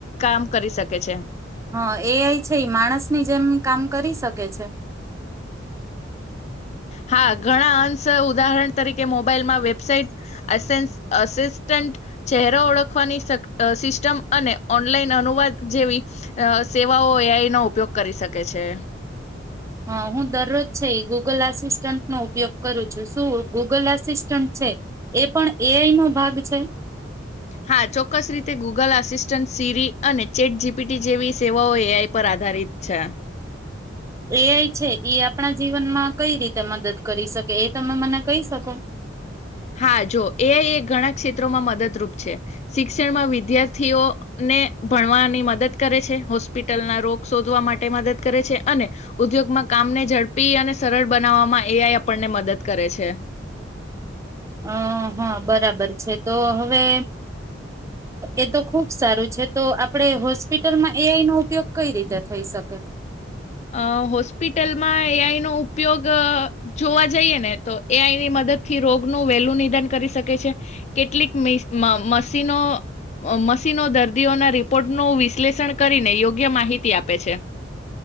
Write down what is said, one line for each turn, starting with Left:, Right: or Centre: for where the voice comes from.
Left: કામ કરી શકે છે.
Right: હા એ આઈ છે માણસની જેમ કામ કરી શકે છે.
Left: હા ઘણા અં સે ઉદાહરણ તરીકે મોબાઈલ માં વેબસાઇટ એસેસ્ટ આસિસ્ટ ચહેરો ઓળખવાની સિસ્ટમ અને ઓનલાઈન અનુવાદ જેવી સેવાઓ એઆઈ નો ઉપયોગ કરી શકે છે.
Right: હા હું દરરોજ છે ગૂગલ આસિસ્ટન્ટનો ઉપયોગ કરું છું શું ગૂગલ આસિસ્ટન્ટ છે એ પણ એઆઈ નો ભાગ છે.
Left: હા ચોક્કસ રીતે ગૂગલ આસિસ્ટન્ટ સીરી અને ચેટ જીપીટી જેવી સેવાઓ એ આઈ પર આધારિત છે.
Right: એઆઈ છે એ આપણા જીવનમાં કઈ રીતે મદદ કરી શકે એ તમે મને કહી શકો.
Left: હા જો એઆઈ એ ઘણા ક્ષેત્રોમાં મદદરૂપ છે શિક્ષણમાં વિદ્યાર્થીઓને ભણવાની મદદ કરે છે, હોસ્પિટલના રોગ શોધવા માટે મદદ કરે છે, અને ઉદ્યોગમાં કામને ઝડપી અને સરળ બનાવવામાં એઆઈ આપણને મદદ કરે છે.
Right: અ હા બરાબર છે તો હવે એ તો ખુબ સારું છે તો આપણે હોસ્પિટલમાં એઆઈ નો ઉપયોગ કઈ રીતે થઈ શકે.
Left: અ હોસ્પિટલમાં એયનો ઉપયોગ જોવા જઈએ ને તો એઆઈની મદદ થી રોગનું વહેલું નિદાન કરી શકે છે, કેટલીક મશીનો મશીનો દર્દીઓના રિપોર્ટનું વિશ્લેષણ કરીને યોગ્ય માહિતી આપે છે.